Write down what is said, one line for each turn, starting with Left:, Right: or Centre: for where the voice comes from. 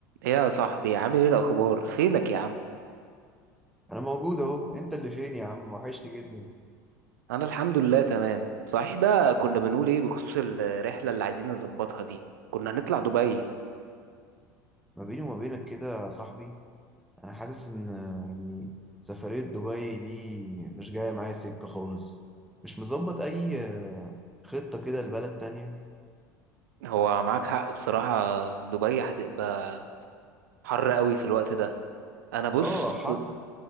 Right: إيه يا صاحبي عامل ايه الاخبار فينك يا عم
Centre: انا موجود اهو انت اللي فين يا عم وحشني جدا
Right: انا الحمد لله تمام صحيح بقى كنا بنقول ايه بخصوص الرحله اللي عايزين نظبطها دي كنا هنطلع دبي
Centre: ما بيني وما بينك كده يا صاحبي انا حاسس ان يعني سفرية دبي دي مش جاية معايا سكة خالص مش مظبط اي آه، خطة كده لبلد تانية
Right: هو معاك حق بصراحه دبي هتبقى حر قوي في الوقت ده انا بص
Centre: اه حر
Right: كنت